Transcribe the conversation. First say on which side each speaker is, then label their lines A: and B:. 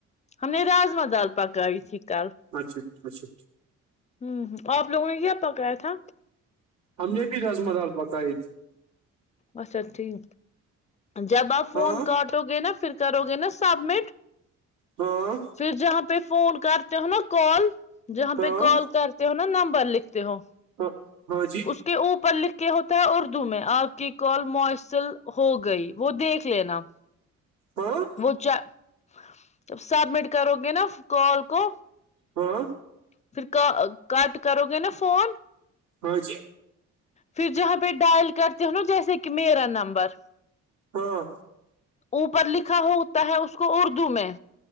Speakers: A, on the left; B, on the right.
A: ہم نے راجما دال پکائی تھی کل
B: اچھا اچھا
A: ہم ہمم آپ لوگوں نے کیا پکایا تھا
B: ہم نے بھی رجما دال پکائی
A: اچھا ٹھیک جب آپ فون
B: ہاں
A: کاٹ دو گے نا پھر کرو گے نا سبمٹ
B: ہاں
A: پھر جہاں پہ فون کرتے ہو نا کال جہاں
B: ہاں
A: پہ کال کرتے ہو نا نمبر لکھتے ہو
B: ہاں ہاں جی
A: اس کے اوپر لکھ کے ہوتا ہے اردو میں آپ کی کال مؤسل ہو گئی وہ دیکھ لینا
B: ہاں
A: وہ جب سبمٹ کرو گے نا کال کو
B: ہاں
A: پھر کا کٹ کرو گے نا فون
B: ہاں جی
A: پھر جہاں پہ ڈائل کرتے ہو نا جیسے کہ میرا نمبر
B: ہاں
A: اوپر لکھا ہوتا ہے اس کو اردو میں